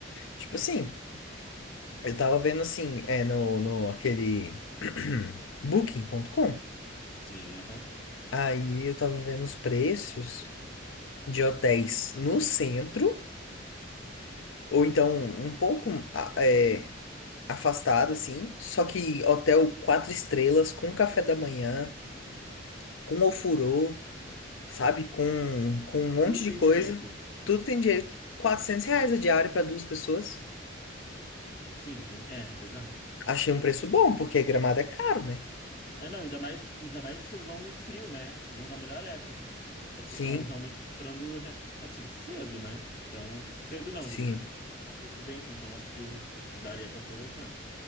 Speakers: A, on the left (about 80°); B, on the left (about 50°).
A: Tipo assim. Eu tava vendo assim, é no, no aquele <clears throat> Booking.com.
B: Sim, aham.
A: Aí eu tava vendo os preços de hotéis no centro, ou então um pouco a- é, afastado, assim. Só que hotel quatro estrelas, com café da manhã, com ofurô, sabe? Com, com um monte
B: Tudo que
A: de
B: tem
A: coisa.
B: direito.
A: Tudo tem direito. quatrocentos reais a diária para duas pessoas.
B: Sim, tem, é, exato.
A: Achei um preço bom, porque Gramado é caro, né?
B: É, não, ainda mais, ainda mais que vocês vão no frio, né? Vocês vão na melhor época. Só que
A: Sim,
B: vocês estão realmente comprando, re- assim, cedo, né? Então, cedo não,
A: sim.
B: digo, uma antecedência, então acho que um- daria para aproveitar.